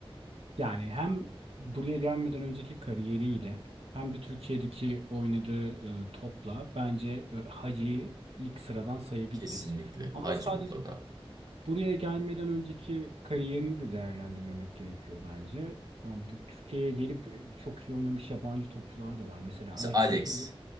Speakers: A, on the right (about 75°); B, on the right (about 40°).
A: Yani hem buraya gelmeden önceki kariyeriyle hem de Türkiye'deki oynadığı e, topla bence e, Hacı'yı ilk sıradan sayabiliriz.
B: Kesinlikle.
A: Ama
B: Hacı
A: sadece
B: mutlaka.
A: buraya gelmeden önceki kariyerini de değerlendirmemek gerekiyor bence. Yani bu Türkiye'ye gelip e, çok iyi oynamış yabancı topçular da var. Mesela
B: Mesela
A: Alex
B: Alex.
A: de Souza